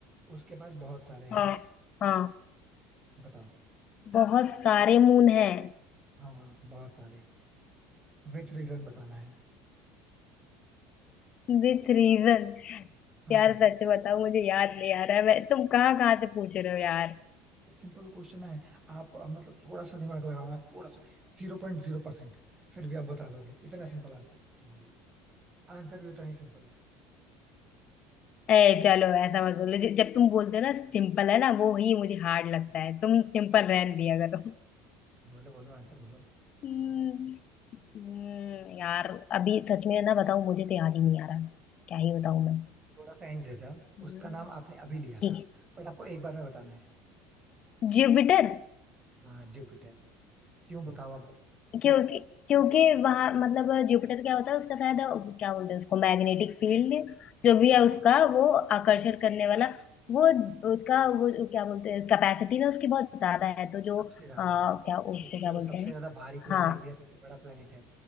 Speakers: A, on the right (about 25°); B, on the left (about 45°).
A: उसके पास बहुत सारे हैं
B: हाँ हाँ
A: बताओ
B: बहुत सारे मून हैं
A: हाँ बहुत सारे विथ रीजन बताना है
B: With reason
A: हाँ
B: यार
A: हाँ
B: सच बताओ मुझे याद नहीं आ रहा है मैं तुम कहाँ कहाँ से पूछ रहे हो यार
A: सिंपल क्वेश्चन है आप अ, मतलब थोड़ा सा दिमाग लगाना थोड़ा सा जीरो पॉइंट जीरो परसेंट फिर भी आप बता दोगे इतना सिंपल आंसर नहीं है आंसर भी उतना ही सिंपल है
B: ए चलो ऐसा मत बोलो जि- जब तुम बोलते हो ना सिंपल है ना वो ही मुझे हार्ड लगता है तुम सिंपल रहन दिया करो
A: बोलो बोलो आंसर बोलो
B: हम्म, हम्म, यार अभी सच में ना बताऊं मुझे तो याद ही नहीं आ रहा क्या ही बताऊं मैं
A: थोड़ा सा हिंट देता हूँ
B: हम्म,
A: उसका नाम आपने अभी लिया
B: ठीक
A: था
B: है
A: बट आपको एक बार में बताना है
B: जुपिटर
A: हाँ जुपिटर क्यों बताओ आप
B: क्योंकि क्योंकि वहां मतलब जुपिटर क्या होता है उसका शायद क्या बोलते हैं उसको मैग्नेटिक फील्ड जो भी है उसका
A: हाँ,
B: वो आकर्षण करने वाला वो उसका वो क्या बोलते हैं कैपेसिटी ना उसकी बहुत ज्यादा है तो जो
A: सबसे ज्यादा
B: आ,
A: है वो
B: क्या उसको
A: क्योंकि वो
B: क्या बोलते
A: सबसे
B: हैं
A: ज्यादा भारी प्लेनेट
B: हाँ
A: भी है सबसे बड़ा प्लेनेट है